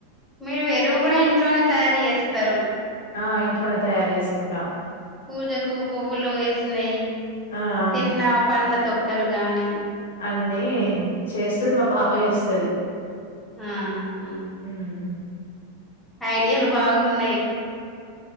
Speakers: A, in the centre; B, on the left (about 65°).
A: మీరు ఎరువు కూడా ఇం ఇంట్లోనే తయారు చేస్తారు.
B: ఆ ఇంట్లోనే తయారు చేసుకుంటా
A: పూజకు పువ్వులు వేసినయి
B: ఆ అవును
A: తిన్న పండ్లతో క్కలు గాని
B: అన్నీ చేస్తది మా పాప చేస్తది.
A: ఆహా
B: ఉమ్
A: ఐడియాలు బాగున్